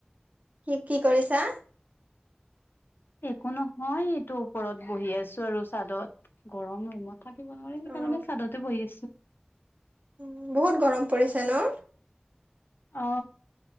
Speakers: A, on the right; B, on the left.
A: কি কি কৰিছা
B: একো নহয় এইটো ওপৰত বহি আছো আৰু চাদত গৰম ৰুমত থাকিব নোৱাৰে সেইকাৰণে
A: অ
B: স্বাদতে বহি আছো
A: উ বহুত গৰম পৰিছে ন
B: অ